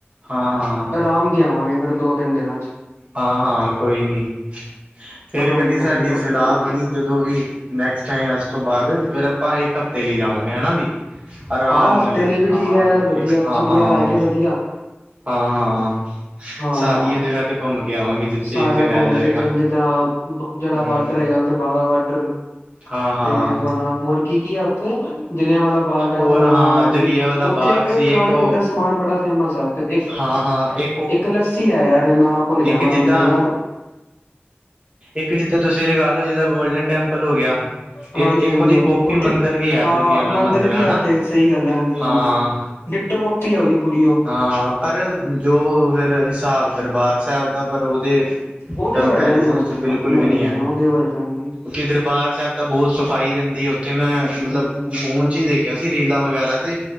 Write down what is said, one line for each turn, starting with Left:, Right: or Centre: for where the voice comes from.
Right: ਹਾਂ-ਹਾਂ,
Left: ਆਰਾਮ ਦੀ ਆਵਾਂਗੇ ਫਿਰ ਦੋ ਤਿੰਨ ਦਿਨਾਂ ਚ
Right: ਹਾਂ-ਹਾਂ ਕੋਈ ਨੀ। ਫੇਰ
Left: ਹਾਂਜੀ
Right: ਕਦੀ
Left: ਹਾਂਜੀ
Right: ਸਾਡੀ
Left: ਭਾਜੀ
Right: ਸਲਾਹ
Left: ਬਿਲਕੁਲ
Right: ਬਣੀ ਜਦੋਂ ਵੀ ਨੈਕਸਟ ਟਾਈਮ ਉਸ ਤੋਂ ਬਾਅਦ ਫੇਰ ਆਪਾਂ ਇੱਕ ਹਫ਼ਤੇ ਲਈ ਜਾਵਾਂਗੇ ਹੈਨਾ ਵੀ ਆਰਾਮ
Left: ਹਾਂ ਹਫ਼ਤੇ
Right: ਨਾਲ,
Left: ਲਈ ਵੀ ਠੀਕ
Right: ਹਾਂ
Left: ਹੈ ਯਾਰ ਵਧੀਆ
Right: ਇੱਕ ਹਾਂ
Left: ਛੁੱਟੀਆਂ
Right: ਹਾਂ।
Left: ਲੈ ਕੇ ਵਧੀਆ
Right: ਹਾਂ-ਹਾਂ,
Left: ਹਾਂ
Right: ਸਾਰੀਆਂ ਜਗ੍ਹਾ ਤੇ ਘੁੰਮ ਕੇ ਆਵਾਂਗੇ ਜਿੱਥੇ
Left: ਸਾਰਾ
Right: -ਜਿੱਥੇ ਰਹਿ
Left: ਘੁੰਮ
Right: ਜਾਏਗਾ।
Left: ਕੇ ਚੰਗੀ ਜਿਹੜਾ
Right: ਹੂੰ
Left: ਬਾਰਡਰ ਹੈਗਾ ਉੱਥੇ ਬਾਗਾ ਬਾਰਡਰ,
Right: ਹਾਂ-ਹਾਂ
Left: ਤੇ ਆਪਣਾ ਹੋਰ ਕੀ-ਕੀ ਆ ਉੱਥੇ? ਜਲ੍ਹਿਆਂਵਾਲਾ ਬਾਗ ਹੈ ਆਪਣਾ
Right: ਹੋਰ ਹਾਂ
Left: ਹੋਰ
Right: ਜਲਿਆ
Left: ਵੀ
Right: ਵਾਲਾ
Left: ਉੱਥੇ
Right: ਬਾਗ
Left: ਇੱਕ
Right: ਸੀ
Left: ਖਾਣ
Right: ਉਹ
Left: ਪੀਣ ਦਾ ਸਮਾਨ ਬੜਾ ਫੇਮਸ ਆ ਉਥੇ ਇੱਕ
Right: ਹਾਂ-ਹਾਂ, ਇਹ
Left: ਇੱਕ ਲੱਸੀ ਆ ਯਾਰ ਨਾ ਭੁੱਲ ਗਿਆ ਮੈਂ
Right: ਜਿੱਦਾਂ
Left: ਬੰਦੇ ਦਾ।
Right: ਇੱਕ ਜਿੱਥੇ ਤੁਸੀਂ ਲਗਾ ਲਓ ਜਿਹਾ ਗੋਲਡਨ ਟੈਂਪਲ ਹੋ ਗਿਆ। ਇਹ
Left: ਹਾਂਜੀ-ਹਾਂਜੀ,
Right: ਇੱਕ ਉਹਦੀ ਕੋਪੀ
Left: ਉੱਥੇ
Right: ਮੰਦਿਰ ਵੀ ਹੈ
Left: ਹਾਂ
Right: ਦੁਰਗਿਆਨਾ
Left: ਮੰਦਿਰ ਵੀ
Right: ਹਨਾ
Left: ਆ ਉੱਥੇ ਸਹੀ ਗੱਲ ਹੈ ਹਾਂਜੀ-ਹਾਂਜੀ
Right: ਹਾਂ
Left: ਡਿੱਟੋ ਕਾਪੀ ਆ ਉਹਦੀ ਪੂਰੀ ਉਹ
Right: ਹਾਂ ਪਰ ਜੋ ਫਿਰ ਹਿਸਾਬ ਦਰਬਾਰ ਸਾਹਿਬ ਦਾ ਪਰ ਉਹਦੇ
Left: ਉਹਦੇ
Right: ਕੰਪੈਰੀਜ਼ਨ
Left: ਵਰਗਾ ਨਹੀਂ ਹੋ
Right: 'ਚ
Left: ਸਕਦਾ
Right: ਬਿਲਕੁਲ
Left: ਨਹੀਂ
Right: ਵੀ ਨੀ
Left: ਨਹੀਂ
Right: ਹੈ,
Left: ਉਹਦੇ ਵਰਗਾ ਨਹੀਂ
Right: ਕਿੱਦਰ ਦਰਬਾਰ ਸਾਹਿਬ ਤਾਂ ਬਹੁਤ ਸਫ਼ਾਈ ਰਹਿੰਦੀ ਉੱਥੇ ਮੈਂ
Left: ਹੂੰ
Right: ਮਤਲਬ
Left: ਹਾਂਜੀ ਹਾਂਜੀ
Right: ਫੋਨ ਚ ਹੀ ਦੇਖਿਆ ਸੀ ਰੀਲਾਂ ਵਗੈਰਾ ਤੇ।